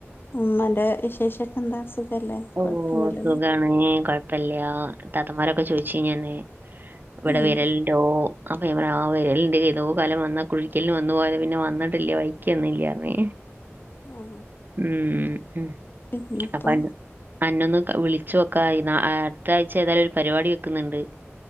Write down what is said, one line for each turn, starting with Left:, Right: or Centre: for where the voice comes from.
Left: ഉമ്മാന്റെ വിശേഷക്കെ എന്താ സുഖല്ലേ
Right: ഓ
Left: കൊഴപ്പൊന്നുല്ല
Right: സുഖാണ് കൊഴപ്പില്ല്യാ ഇത്താത്തമാരൊക്കെ ചോയ്ച്ചീനു അന്നേ ഇവട
Left: ഉം
Right: വെരലിണ്ടോ അപ്പ ഞാൻപറഞ്ഞു ആഹ് വരലിണ്ട് ഏതോ കാലം വന്നാ കുടീരിക്കൽന് വന്നു പോയതാ പിന്നെ വന്നിട്ടില്ല വഴിക്ക് വന്നില്ല്യാന്ന്
Left: ആ
Right: ഉം ഉം
Left: പിന്നെപ്പോ
Right: അപ്പ അന്ന അന്നൊന്ന് വിളിച്ചോക്കാ ‌ അയ് ആഹ് അട്ത്തായ്ച്ച ഏതായാലും ഒരു പരിപാടി വെക്ക്ന്നിണ്ട്.